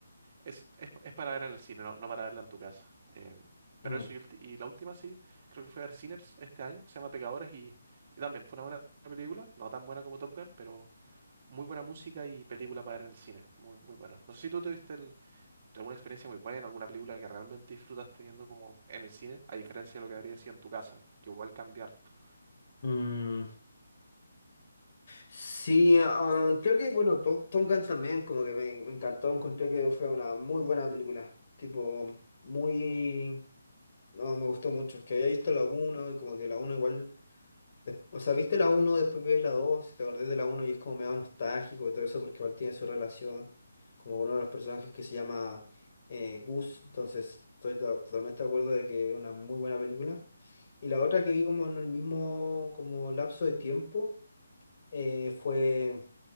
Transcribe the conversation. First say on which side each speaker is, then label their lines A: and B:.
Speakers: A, on the right; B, on the left.
A: Es, es, es para verla en el cine, no, no para verla en tu casa. Eh, pero
B: Mm.
A: eso, y, ulti- y la última sí, creo que fue a ver Sinners este año, que se llama Pecadores, y, y también fue una buena película, no tan buena como Top Gun, pero muy buena música y película para ver en el cine, muy, muy buena. No sé si tú tuviste el- alguna experiencia muy buena, alguna película que realmente disfrutaste viendo como en el cine, a diferencia de lo que habría sido en tu casa, que igual cambia harto.
B: Mm, Sí, ah, creo que, bueno, Tom, Tom Gunn también, como que me, me encantó, encontré que fue una muy buena película, tipo, muy... No, me gustó mucho, que había visto la uno y como que la uno igual... des- O sea, viste la uno después ves la 2, y te acordás de la uno y es como medio nostálgico y todo eso porque igual tiene su relación, como uno de los personajes que se llama eh, Gus, entonces estoy to- totalmente de acuerdo de que es una muy buena película. Y la otra que vi como en el mismo como lapso de tiempo eh, fue